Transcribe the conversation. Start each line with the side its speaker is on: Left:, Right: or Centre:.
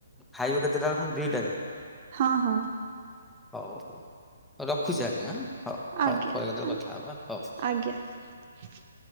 Centre: ଖାଇବ କେତେଟା ର ଦିଟା।
Right: ହଁ ହଁ।
Centre: ହଉ ହଉ ରଖୁଛି ଆଜ୍ଞା ହଉ
Right: ଆଜ୍ଞା
Centre: ହଉ ପରେ କେତେବେଳେ
Right: ଆଜ୍ଞା
Centre: କଥା ହେବା ହଉ।
Right: ଆଜ୍ଞା <unintelligible> <inaudible>